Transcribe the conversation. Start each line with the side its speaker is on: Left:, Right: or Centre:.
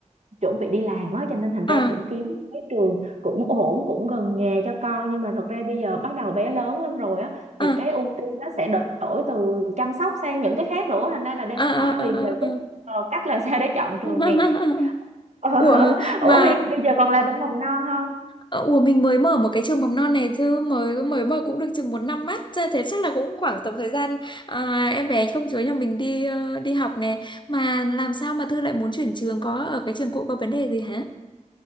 Right: chuẩn bị đi làm á cho nên thành ra
Left: À,
Right: cũng kiếm cái trường cũng ổn cũng gần nhà cho con nhưng mà thật ra bây giờ bắt đầu bé lớn lên rồi á thì
Left: à,
Right: cái ưu tiên nó sẽ đổi từ chăm sóc sang những cái khác nữa thành ra là đang
Left: à,
Right: tính
Left: à,
Right: hỏi Huyền
Left: à, à.
Right: về cái
Left: à.
Right: ờ, cách làm sao để chọn trường
Left: <laughs>
Right: nè <laughs> Ờ,
Left: Ủa,
Right: Ủa
Left: mà,
Right: Huyền bây giờ còn làm bánh mầm non không
Left: ờ, ủa mình mới mở một cái trường mầm non này Thư, mới mới mở cũng được chừng một năm mắt, thế chắc là cũng khoảng tầm thời gian à, em bé công chúa nhà mình đi ờ, đi học nè. Mà làm sao mà Thư lại muốn chuyển trường, có ở cái trường cũ có vấn đề gì hả?